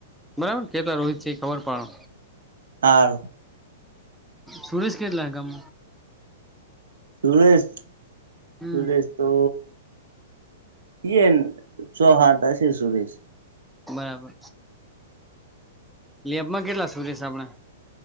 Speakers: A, in the centre; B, on the right (about 75°).
A: બરાબર કેટલા રોહિત છે ખબર પાડો
B: હા
A: સુરેશ કેટલા ગામ
B: સુરેશ
A: હમ
B: સુરેશ તો એન છે હાથ હશે સુરેશ
A: બરાબર લેબમાં કેટલા સુરેશ છે આપણા